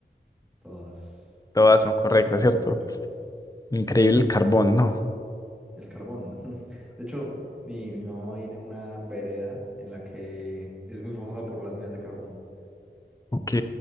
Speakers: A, in the centre; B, on the left.
A: Todas,
B: Todas son correctas,
A: todas
B: ¿cierto?
A: incorrectas.
B: Increíble el carbón, ¿no?
A: El carbón. <laughs> De hecho, mi, mi mamá viene de una vereda en la que es muy famosa por las minas de carbón.
B: Ok.